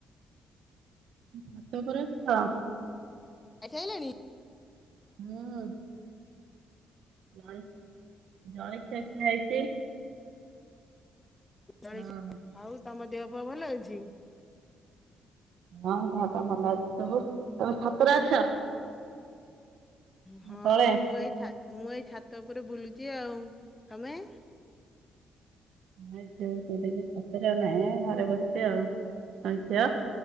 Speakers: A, on the right; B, on the left.
A: ଛାତ ଉପରେ ଅଛି।
B: ଖାଇ ସାଇଲନି।
A: ହୁଁ। ଜଳ ଜଳ ଖଷ ହେଇଛି
B: ଜ
A: ହଁ
B: ଆଉ ତମ ଦେହପୁଅ ଭଲ ଅଛି?
A: ହଁହଁ ଭଲ ଅଛି ସବୁ ତମେ ଛତରେ ଅଛ? ନା
B: ହଁ
A: ତଳେ?
B: ମୁଁ ଏଇ ମୁଁ ଏଇ ଛାତ ଉପରେ ବୁଲୁଛି ଆଉ ତମେ?
A: ଝିଅ ତ ଟିକି ଛାତରେଆ ନାହିଁ ଘରେ ବସିଛି ଆଉ ଝିଅ